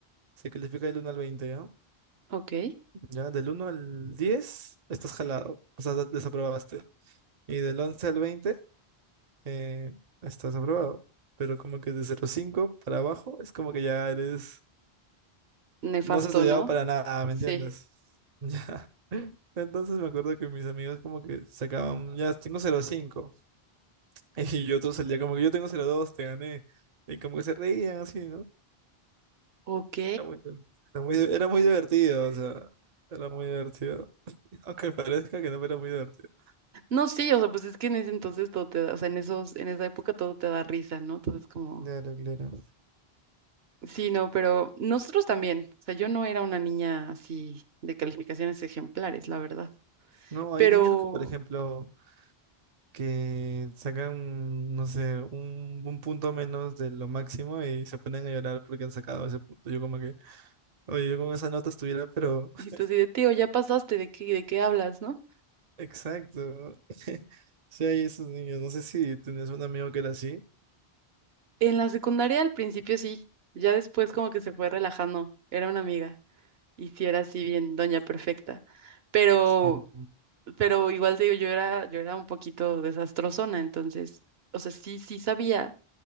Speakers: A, on the right; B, on the right.
A: se califica del uno al veinte ¿ya?
B: ok,
A: Ya, del uno al 10 estás jalado, o sea, desaprobaste. Y del 11 al 20 eh, estás aprobado. Pero como que de cero cinco para abajo es como que ya eres,
B: nefasto,
A: no has estudiado
B: ¿no?
A: para nada, ¿me
B: Sí,
A: entiendes? <laughs> Ya. Entonces me acuerdo que mis amigos como que sacaban, ya tengo cero cinco <laughs> Y yo otro salía como que yo tengo cero dos, te gané. Y como que se reían así, ¿no?
B: ok.
A: Era muy, era muy, era muy divertido, o sea, era muy divertido. Aunque parezca que no pero era muy divertido.
B: No, sí, o sea, pues es que en ese entonces todo te da, o sea, en esos, en esa época todo te da risa, ¿no? Todo es como,
A: Claro, claro.
B: sí, no, pero nosotros también, o sea, yo no era una niña así de calificaciones ejemplares, la verdad,
A: No, hay
B: pero,
A: niños que, por ejemplo, que sacan, no sé, un, un punto menos de lo máximo y se ponen a llorar porque han sacado ese punto. Yo como que, oye, yo con esa nota estuviera, pero
B: y
A: <laughs>
B: tú así de, tío, ya pasaste, ¿de qué, de qué hablas, no?
A: exacto. <laughs> Sí, hay esos niños. No sé si tenías un amigo que era así.
B: En la secundaria al principio sí, ya después como que se fue relajando, era una amiga, y sí era así bien, doña perfecta, pero,
A: Sí,
B: pero igual te digo, yo era, yo era un poquito desastrosona, entonces, o sea, sí, sí sabía